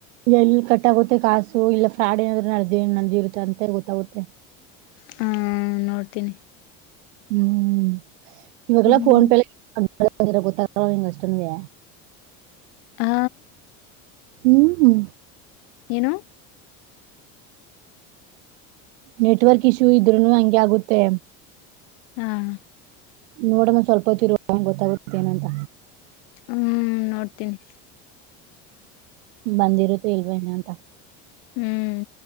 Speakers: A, on the right; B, on the left.
A: ಎಲ್ಲಿ ಕಟಾಗುತ್ ಮತ್ತೆ ಕಾಸು ಇಲ್ಲ ಫ್ರಾಡ್ ಏನಾದ್ರು ನಡ್ದೆ ನಡ್ದಿರುತ್ತ ಅಂತೆಳ್ ಗೊತ್ತಾಗುತ್ತೆ.
B: ಹಾ ನೋಡ್ತೀನಿ.
A: ಹ್ಮ್ ಇವಾಗೆಲ್ಲ
B: ಹ್ಞೂ
A: ಫೋನ್ ಪೇಲೆ <unintelligible> ಗೊತ್ತಗಲ್ವ ಅಷ್ಟುನುವೆ.
B: ಹ
A: ಹ್ಮ ಹ್ಮ್.
B: ಏನು.
A: ನೆಟ್ವರ್ಕ್ ಇಶ್ಯೂ ಇದ್ರುನು ಹಂಗೆ ಆಗುತ್ತೆ.
B: ಹಾಂ
A: ನೋಡ್ಮಂದ್ ಸ್ವಲ್ಪ ಹೊತ್ ಇರು <unintelligible> ಗೊತ್ತಾಗುತ್ತೆ ಏನಂತ.
B: ಹ್ಮ ನೋಡ್ತೀನಿ.
A: ಬಂದಿರುತೊ ಇಲ್ವೊ ಏನು ಅಂತ.
B: ಹ್ಮ್